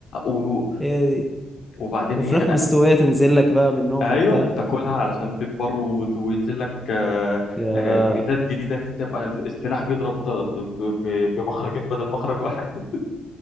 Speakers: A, on the left; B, in the centre.
A: و-
B: هي دي
A: وبعدين
B: وفراخ
A: ايه انا
B: مستويه تنزل لك بقى منهم
A: ايوه
B: وبتاع
A: تاكلها علشان تكبر وت- وينزل لك آه،
B: يا
A: آه، ميزات جديده ان انت تبقى السلاح بيضرب ط- ط- ب- ب- بمخرجين بدل مخرج واحد <laughs>